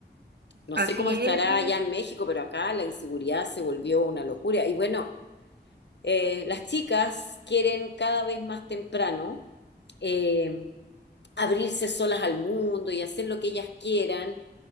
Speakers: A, on the left; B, on the right.
A: No
B: Así
A: sé cómo estará
B: es, sí.
A: allá en México, pero acá la inseguridad se volvió una locura. Y bueno, eh, las chicas quieren cada vez más temprano eh, abrirse solas al mundo y hacer lo que ellas quieran.